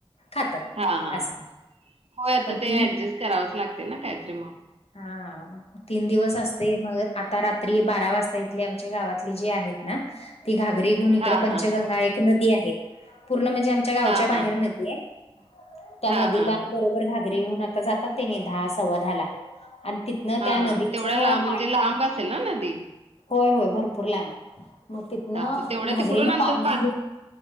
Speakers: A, on the left (about 80°); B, on the right (about 85°).
A: खातात.
B: हा हा
A: असं
B: हा. होय आता
A: पण
B: ते
A: तीन
B: ऍडजस्ट करावंच लागते ना काहीतरी म.
A: हा हा तीन दिवस असते. मग आता रात्री बारा वाजता इथले आमच्या गावातले जे आहेत ना. ती घागरी घेऊन इकड
B: हा
A: पंचगंगा
B: हा हा
A: एक नदी आहे. पूर्ण म्हणजे आम आमच्या गावच्या
B: हा
A: बाहेर
B: हा हा
A: नदी आहे. त्या
B: हा
A: नदीला
B: हा हा
A: <unintelligible> घागरी आता जातात ते. दहा सव्वा दहा ला. आणि तिथनं
B: हा
A: त्या नदीचं
B: हा तेवढ्या लांब म्हणजे
A: पाणी,
B: लांब असेल ना नदी
A: होय होय भरपूर लांबय. मग तिथनं
B: हा मग तेवढ्या
A: घागरीन
B: तिकडून आणतात
A: पाणी घेऊ